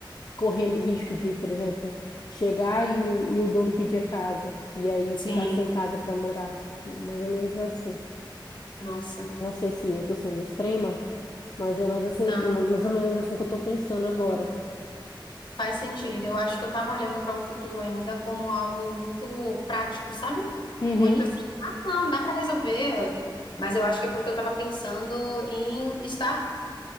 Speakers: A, on the left (about 50°); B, on the left (about 70°).
A: correndo o risco de, por exemplo, chegar e o, e o dono pedir a casa e aí
B: sim,
A: ficar sem casa para morar, mais ou menos assim.
B: nossa,
A: Não sei se eu tô sendo extrema, mas é mais, assim,
B: não.
A: mais ou menos assim que eu tô pensando agora.
B: Faz sentido. Eu acho que eu tava olhando para o futuro ainda como algo muito prático, sabe?
A: Uhum.
B: Muito assim, ah, não, dá para resolver. Mas eu acho que é porque eu tava pensando em estar.